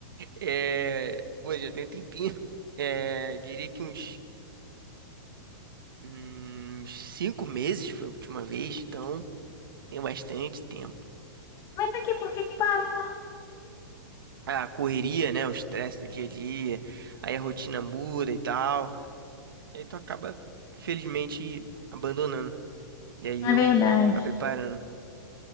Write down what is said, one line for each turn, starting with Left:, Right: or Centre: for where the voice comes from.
Right: É, pô, já tem um tempinho. É, diria que uns, uns cinco meses foi a última vez, então tem bastante tempo.
Left: Mas aqui, por que que parou?
Right: a correria, né? O estresse do dia a dia, aí a rotina muda e tal. E aí tu acaba, felizmente, abandonando. E aí eu
Left: É verdade.
Right: acabei parando.